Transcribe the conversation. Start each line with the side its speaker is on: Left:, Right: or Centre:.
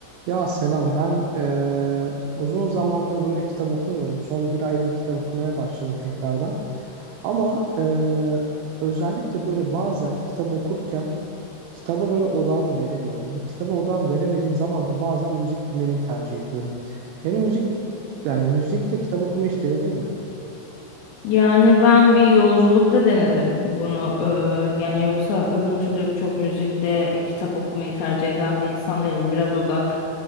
Right: Ya selam ben eee, uzun zamandır böyle kitap okumuyordum. Son bir aydır kitap okumaya başladım tekrardan. Ama eee, özellikle böyle bazen kitap okurken kitaba böyle odağımı veremiyorum. Bu Kitaba odağımı veremediğim zaman da bazen müzik dinlemeyi tercih ediyorum. Hem müzik yani müzikle kitap okumayı hiç denedin mi?
Left: Yani ben bir yolculukta denedim bunu eee, yani yoksa öbür türlü çok müzikle kitap okumayı tercih eden bir insan değilim. Biraz odak